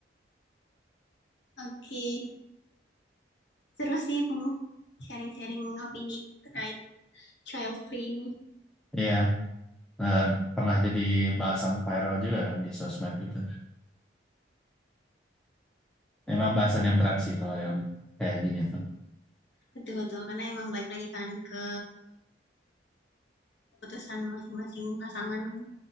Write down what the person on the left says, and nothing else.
oke seru sih pem- sharing-sharing opini terkait Child free ini.
Betul betul karena emang balik lagi kan ke keputusan masing-masing pasangan kan.